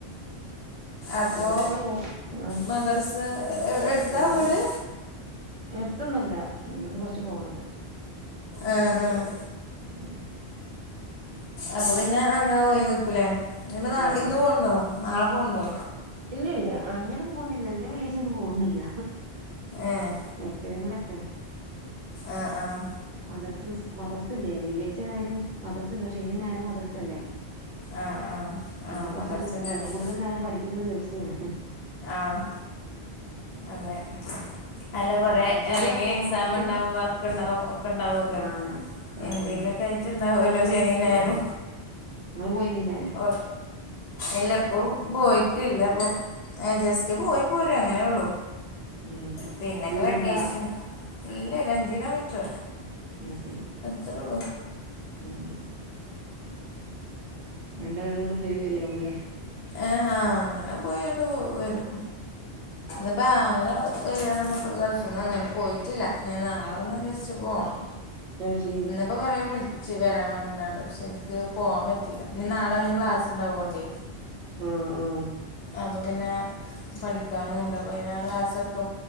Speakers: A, on the left; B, on the right.
A: അപ്പോ
B: മദ്രസ പോവും അതാണ്
A: മദ്രസ് എടുത്താ
B: മദ്രസ
A: വീട്
B: എടുത്തൊന്നല്ല ഇവിടുന്ന് കുറച്ച് പോവാനുണ്ട്
A: ആഹ് ആഹ്
B: ഉം
A: അപ്പൊ പിന്നെ അങ്ങനെ പോയി നിക്കൂലേ ഇനീപ്പൊനാ
B: ആഹ്
A: ഇന്ന് പോണതോ നാളെ പോണൊണ്ടോ
B: ഇല്ലല്ല്യ അങ്ങനെ പോകുന്നില്ല എല്ല വെള്ള്യാച്ചോന്നും പോകുന്നില്ല
A: ഏഹ്
B: എപ്പേങ്കിലൊക്കെ
A: ആഹ് ആഹ്
B: മദ്രസ് മദ്രസല്ലേ വെള്ളിയാച്ചായാലും മദ്രസ്ണ്ട് ഷെനിയും ഞായറും മദ്രസല്ല
A: ആഹ് ആഹ് ആഹ്
B: അന്ന് കൊറച്ച്
A: മദ്രസ ഉണ്ടല്ലേ
B: കൂ കൂടുതൽ നേരം പഠിപ്പിക്കണ ദിവസോണ്
A: ആഹ് അതെ അല്ല കൊറെ
B: ഉം ചെറിയ
A: അല്ലെങ്കി
B: ആള് പോവ്ണ്ടോ
A: എക്സാമ്ണ്ടാവും
B: മദ്രസേല്
A: വർക്ക്ണ്ടാവും ഒക്കെണ്ടാവല്ലോ
B: ആഹ് ആഹ്
A: എന്തെങ്കിലുക്കെയിട്ടുണ്ടാവോല്ലോ നീ ഞയറു
B: ഉം ഇങ്ങള് പോയിന്നീല്ലേ
A: ഒ എല്ല ഇപ്പൊ പോയിട്ടില്ലപ്പൊ ഏ ജസ്റ്റ് പോയി പോരും അങ്ങനെള്ളു
B: ഉം
A: പിന്നൊക്കെ
B: ദൂരണ്ടാ
A: വെക്കേഷൻ ഇല്ലൊരഞ്ച് കിലോമീറ്റർ
B: ആയ് ശരി
A: ത്രേള്ളോ
B: ഉം രണ്ട് വീടും കൂടി പേര് വരിയാവൂല്ലേ
A: ഏഹ് ആഹ് അങ്ങനെ പോയോണ്ട് വരും ഇന്നിപ്പോ ആങ്ങള വരികയാണെന്നക്ക് ഗൾഫ്ന്ന് വന്നേണ് പോയിട്ടില്ല നി നാളെ ഒന്ന് ജസ്റ്റ് പോണം
B: അത് ശരി
A: പ്പോ കൊറേ വിളിച്ച് വരാൻ വേണ്ടിനാണ്ട് പക്ഷെ എനിക്ക് പോവാൻ പറ്റീല്ല ഇനി നാളെവന് ക്ലാസ് ഉണ്ടാവു കൊണ്ടേ
B: ആഹ് ആഹ്
A: അപ്പ പിന്നെ പഠിക്കാനുമുണ്ട് അപ്പോന്നെ ആ ക്ലാസ്സൊക്കെ